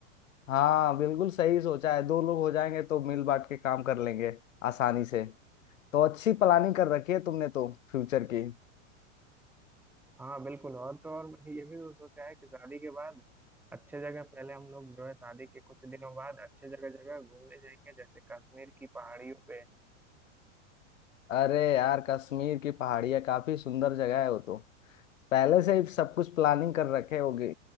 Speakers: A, on the left; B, in the centre.
A: हाँ बिल्कुल सही सोचा है दो लोग हो जाएंगे तो मिल बांट के काम कर लेंगे आसानी से तो अच्छी प्लानिंग कर रखी है तुमने तो फ्यूचर की
B: हाँ बिल्कुल और तो और मैंने ये भी तो सोचा है कि शादी के बाद अच्छे जगह पहले हम लोग जो है शादी के कुछ दिनों बाद अच्छे जगह जगह घूमने जाएंगे जैसे कश्मीर की पहाड़ियों पे
A: अरे यार कश्मीर की पहाड़ियाँ काफी सुंदर जगह है वो तो पहले से ही सब कुछ प्लानिंग कर रखे होगी